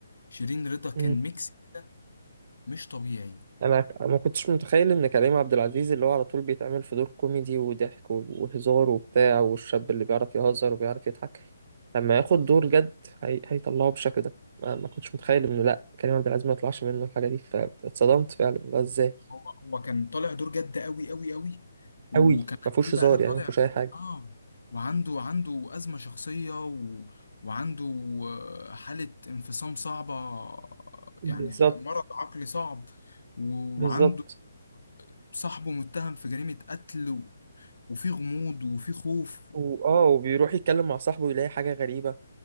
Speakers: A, on the left; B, on the right.
A: شيرين رضا كان
B: مم.
A: ميكس كده مش طبيعي
B: أنا أنا ما كنتش متخيل إن كريم عبد العزيز اللي هو على طول بيتعمل في دور كوميدي وضحك و- وهزار وبتاع والشاب اللي بيعرف يهزر وبيعرف يضحك لما ياخد دور جد هي... هيطلعه بالشكل ده ما ما كنتش متخيل إنه لأ كريم عبد العزيز ما يطلعش منه الحاجة دي فاتصدمت فعلا ده إزاي؟
A: هو هو كان طالع دور جد قوي قوي قوي وكمان
B: أوي ما فيهوش
A: ايه بقى
B: هزار
A: طالع
B: يعني ما فيهوش أي حاجة
A: اه وعنده عنده أزمة شخصية و... وعنده آه، حالة انفصام صعبة آه،
B: بالظبط
A: يعني ح- مرض عقلي صعب و-
B: بالظبط
A: وعنده صاحبه متهم في جريمة قتل و... وفي غموض وفي خوف
B: وآه وبيروح يتكلم مع صاحبه يلاقي حاجة غريبة